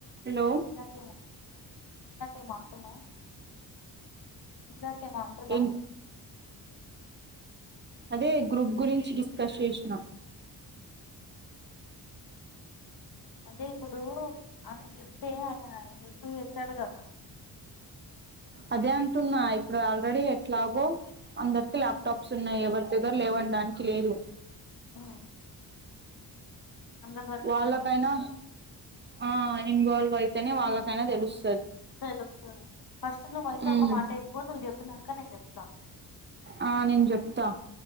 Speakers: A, on the right (about 25°); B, on the left (about 60°).
A: Hello
B: చెప్పు ఇందాక ఎమో అంటున్నవ్
A: ఏ అదే గ్రూప్ గురించి డిస్కస్ చేసినా
B: అదే ఇప్పుడు అయనకీ చెప్తే అయన ఇంప్రూవ్ చేస్తాడు కదా
A: అదే అంటున్నా ఇప్పుడు ఆల్రెడీ ఎట్లాగో అందరికి ల్యాప్టాప్స్
B: ఉమ్,
A: ఉన్నాయి ఎవరి దగ్గర లేవునడానికి లేదు
B: ఉమ్, అందరి దగ్గర
A: వాళ్ళకైనా
B: ఉన్నయి
A: ఆ ఇన్వాల్వ్ అయితేనే వాళ్ళకైనా తెలుస్
B: తెలుస్తుంది ఫస్ట్ నువ్వయితే
A: ఉమ్
B: ఒక మాట చెప్పు నువ్వు చెప్పినాక నేను చెప్తా
A: ఆ నేను చెప్తా